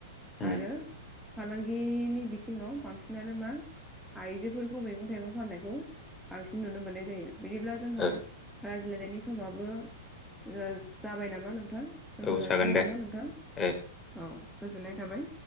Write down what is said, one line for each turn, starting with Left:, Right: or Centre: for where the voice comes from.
Left: उम
Centre: आरो फालांगिनि बिथिङाव बांसिनानो मा आइजोफोरखौ मैगं - थाइगं फाननायखौ बांसिन नुनो मोननाय जायो। बिदिब्ला जोंहा
Left: औ
Centre: रायज्लायनायनि समाबो ओ जाबाय नामा नोंथां? दोनथ'
Left: औ
Centre: जासिगोन
Left: जागोन दे
Centre: नामा नोंथां?
Left: ओ
Centre: औ गोजोननाय थाबाय।